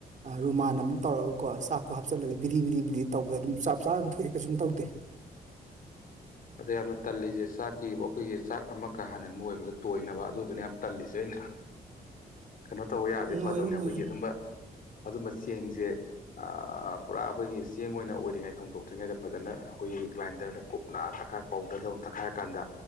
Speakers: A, on the right; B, on the left.
A: ꯑꯥ ꯔꯨꯃꯥꯟ ꯑꯃꯝ ꯇꯧꯔꯒꯀꯣ ꯆꯥꯛꯇꯣ ꯍꯥꯞꯆꯜꯂꯒ__ ꯕꯤꯗꯤ ꯕꯤꯗꯤ ꯕꯤꯗꯤ ꯇꯧꯕꯗ ꯑꯗꯨꯝ ꯆꯞ ꯆꯥꯅ ꯊꯣꯛꯑꯦ ꯀꯩꯁꯨꯝ ꯇꯧꯗꯦ
B: ꯑꯖ ꯌꯥꯝꯅ ꯇꯜꯂꯤꯖꯦ ꯆꯥꯛꯀꯤ ꯑꯩꯈꯣꯏꯒꯤ ꯆꯥꯛ ꯑꯃꯀ ꯍꯥꯟꯅ ꯅꯣꯏꯕꯗ ꯇꯣꯏꯅꯕ ꯑꯗꯨꯗꯨꯅ ꯌꯥꯝ ꯇꯜꯂꯤꯖꯦ ꯑꯩꯅ ꯀꯩꯅꯣ ꯇꯧꯕ ꯌꯥꯔꯗꯤ
A: ꯅꯣꯏꯌꯨ
B: ꯐꯗꯧꯅꯦ ꯑꯩꯈꯣꯏꯒꯤ
A: ꯅꯣꯏꯌꯨ
B: ꯑꯗꯨꯝꯕ ꯑꯗꯨꯝꯕ ꯆꯦꯡꯖꯦ ꯑ ꯄꯨꯔꯥ ꯑꯩꯈꯣꯏꯒꯤ ꯆꯦꯡ ꯑꯣꯏꯅ ꯑꯣꯏꯔꯤꯉꯩ ꯊꯣꯡꯗꯣꯛꯇ꯭ꯔꯤꯉꯩꯗ ꯐꯖꯅ ꯑꯩꯈꯣꯏꯒꯤ ꯒ꯭ꯂꯥꯏꯟꯗꯔꯗ ꯀꯨꯞ__ ꯅꯥ ꯇꯛꯈꯥꯏꯔ ꯄꯥꯎꯗꯔꯗꯧꯅ ꯇꯛꯈꯥꯏꯔꯀꯥꯟꯗ